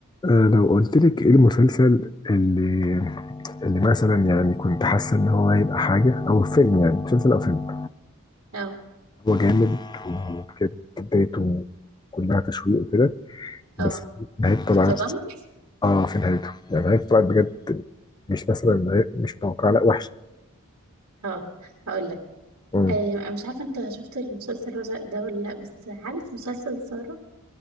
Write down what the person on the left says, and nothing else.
آه، لو قلت لك ايه المسلسل اللي اللي مثلا يعني كنت حاسه ان هو هيبقى حاجه او فيلم يعني مسلسل او فيلم
هو جامد وكانت بدايته كلها تشويق وكده بس
نهايته طلعت
اه في نهايته يعني نهايته طلعت بجد مش مثلا مش متوقعه لا وحشه
امم